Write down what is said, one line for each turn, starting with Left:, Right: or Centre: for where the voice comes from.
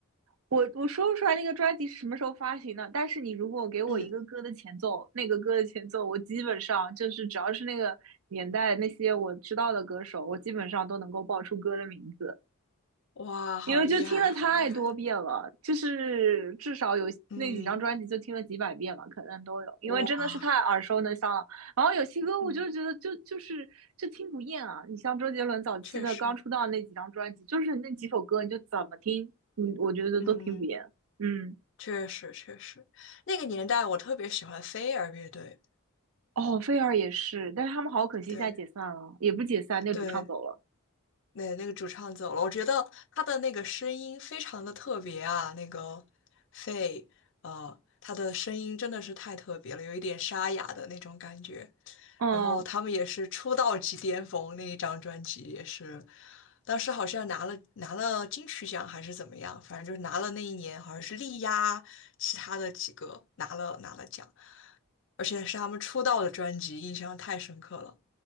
Right: 我我说不出来那个专辑是什么时候发行的，但是你如果给我一个歌的前奏，
Left: 嗯，
Right: 那个歌的前奏，我基本上就是只要是那个年代那些我知道的歌手，我基本上都能够报出歌的名字。
Left: 哇，好厉害，
Right: 因为就听了太多遍了，
Left: 好厉害。
Right: 就是至少有那几张专辑就听了几百遍了，
Left: 嗯，
Right: 可能都有，因为真的是太耳熟能详了。
Left: 哇，
Right: 然后有些歌我就觉得就就是就听不厌啊，
Left: 嗯，
Right: 你像周杰伦早期的刚出道那几张专辑，
Left: 确实，
Right: 就是那几首歌你就怎么听，嗯，我觉得都听不厌。
Left: 嗯，
Right: 嗯，
Left: 确实确实，那个年代我特别喜欢飞儿乐队，
Right: 哦，菲儿也是，但是他们好可惜现在解散了，
Left: 对
Right: 也不解散，那个主唱走了。
Left: 对，那那个主唱走了，我觉得他的那个声音非常的特别啊，那个飞，呃，他的声音真的是太特别了，有一点沙哑的那种感觉。
Right: 嗯，
Left: 然后他们也是出道即巅峰，那一张专辑也是，当时好像拿了拿了金曲奖还是怎么样，反正就是拿了那一年好像是力压其他的几个拿了拿了奖，而且是他们出道的专辑，印象太深刻了。